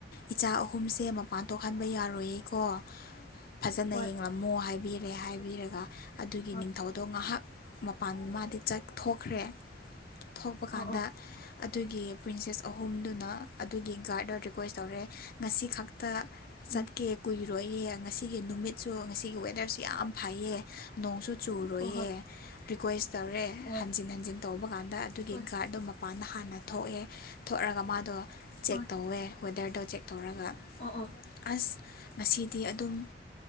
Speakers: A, on the left; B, on the left.
A: ꯏꯆꯥ ꯑꯍꯨꯝꯁꯦ ꯃꯄꯥꯟ ꯊꯣꯛꯍꯟꯕ ꯌꯥꯔꯣꯏꯌꯦꯀꯣ ꯐꯖꯅ
B: ꯍꯣꯏ
A: ꯌꯦꯡꯂꯝꯃꯣ ꯍꯥꯏꯕꯤꯔꯦ ꯍꯥꯏꯕꯤꯔꯒ ꯑꯗꯨꯒꯤ
B: ꯍꯣꯏ
A: ꯑꯗꯣ ꯉꯥꯏꯍꯥꯛ ꯃꯄꯥꯟ ꯃꯥꯗꯤ ꯊꯣꯛꯈ꯭ꯔꯦ ꯊꯣꯛꯄ ꯀꯥꯟꯗ
B: ꯑꯥ ꯑꯥ
A: ꯑꯗꯨꯒꯤ ꯄ꯭ꯔꯤꯟꯁꯦꯁ ꯑꯍꯨꯝꯗꯨꯅ ꯑꯗꯨꯒꯤ ꯒꯥꯔꯗ ꯔꯤꯀ꯭ꯋꯦꯁ ꯇꯧꯔꯦ ꯉꯁꯤ ꯈꯛꯇ ꯆꯠꯀꯦ
B: ꯎꯝ
A: ꯀꯨꯏꯔꯣꯏꯌꯦ ꯉꯁꯤꯒꯤ ꯅꯨꯃꯤꯠꯁꯨ ꯉꯁꯤꯒꯤ ꯋꯦꯗꯔꯁꯨ ꯌꯥꯝ ꯐꯩꯌꯦ ꯅꯣꯡꯁꯨ ꯆꯨꯔꯣꯏꯌꯦꯦ
B: ꯍꯣꯏ ꯍꯣꯏ
A: ꯔꯤꯀ꯭ꯋꯦꯁ ꯇꯧꯔꯦ
B: ꯍꯣꯏ
A: ꯍꯟꯖꯤꯟ ꯍꯟꯖꯤꯟ ꯇꯧꯕ ꯀꯥꯟꯗ ꯑꯗꯨꯒꯤ
B: ꯍꯣꯏ
A: ꯒꯥꯔꯗꯣ ꯃꯄꯥꯅ ꯍꯥꯟꯅ ꯊꯣꯛꯑꯦ ꯊꯣꯛꯑꯒ ꯃꯥꯗꯣ ꯆꯦꯛ
B: ꯍꯣꯏ
A: ꯇꯧꯋꯦ ꯍꯋꯗꯔꯗꯣ ꯆꯦꯛ ꯇꯧꯔꯒ
B: ꯑꯣ ꯑꯣ
A: ꯑꯁ ꯉꯁꯤꯗꯤ ꯑꯗꯨꯝ